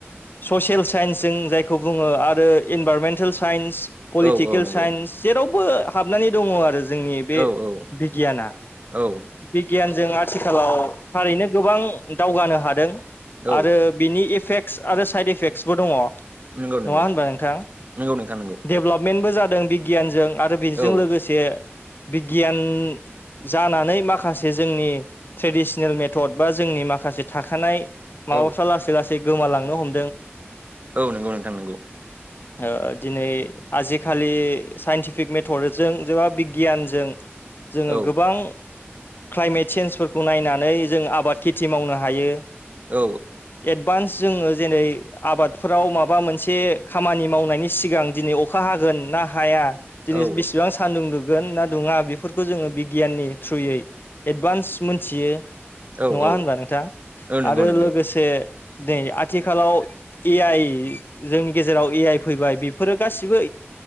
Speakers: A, on the left (about 50°); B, on the right (about 35°).
A: ससियेल साइन्स जों जायखौ बुङो आरो इनभारमेन्टेल साइन्स पलिटिकेल
B: औ औ नंगौ
A: साइन्स जेरावबो हाबनानै दङ आरो जोंनि बे
B: औ औ
A: बिगियाना
B: औ
A: बिगियानजों आथ थिखालाव थारैनो गोबां दावगानो हादों
B: औ
A: आरो बिनि एफेक्ट आरो साइद एफेक्टसबो दङ नङा
B: नंगौ नंगौ
A: होनबा नोंथां
B: नंगौ नोंथां नंगौ
A: डेभेलपमेन्टबो जाद दों बिगियानजों आरो बेजों
B: औ
A: लोगोसे बिगियान जानानै माखासे जोंनि ट्रेडिसनेल मेथड बा जोंनि माखासे थाखानाय
B: औ
A: माबाफ्रा लासै लासै गोमालांनो हम
B: औ नोंगौ नोंथां नोंगौ
A: ओ दिनै आजिखालि साइन्टिफिक मेथडजों जेबा बिगियानजों जोङो
B: औ
A: गोबां क्लाइमेट सेेन्जफोरखौ नायनानै जों आबाद खेथि मावनो हायो।
B: औ
A: एडभान्स जोङो जेरै आबाद फोराव माबा मोनसे खामानि मावनायनि सिगां दिनै अखा हागोन ना हाया। दिनै
B: औ
A: बेसेबां सान्दुं दु गोन ना दुङा बेफोरखौ जोङो बिगियाननि थ्रुयै एडभान्स मोनथियो
B: औ
A: नङा
B: औ
A: होनबा नोंथां
B: औ नंगौ
A: आरो
B: नंगौ
A: लोगोसे दै आथिखालाव ए आइ जोंनि गेजेराव ए आइ फैबाय बेफोरो गासिबो